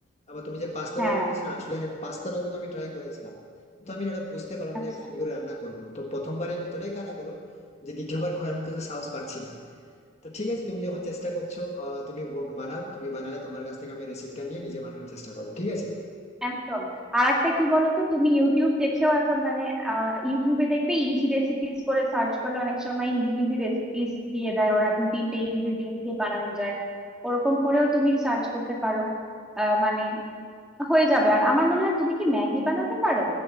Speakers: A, on the left; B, in the centre.
A: তারপর তুমি যে পাস্তার
B: হ্যাঁ
A: ব্যাপার বলেছি না আসলে পাস্তাটাও কিন্তু আমি ট্রাই করেছিলাম কিন্তু আমি না ওটা বুঝতে পারলাম
B: আচ্ছা
A: না actually কি করে রান্না করবো তো প্রথমবারে এতটাই খারাপ হলো যে দ্বিতীয়বার করার তো সাহস পাচ্ছি না তো ঠিক আছে তুমি যখন চেষ্টা করছো আহ, তুমি ভোগ বানাও তুমি বানালে তোমার কাছ থেকে আমি রেসিপিটা নিয়ে নিজে বানানোর চেষ্টা করবো ঠিক আছে
B: একদম আর একটা কি বলতো তুমি ইউটিউব দেখেও এখন মানে আহ, ইউটিউবে দেখবে ইজি রেসিপিস করে সার্চ করলে অনেক সময় ইজি ইজি রেসিপিস দিয়ে দেয় ওরা দু তিনটে ইনগ্রিডিয়েন্ট দিয়ে বানানো যায় ওরকম করেও তুমি সার্চ করতে পারো আহ, মানে হয়ে যাবে আর আমার মনে হয় তুমি কি ম্যাগি বানাতে পারো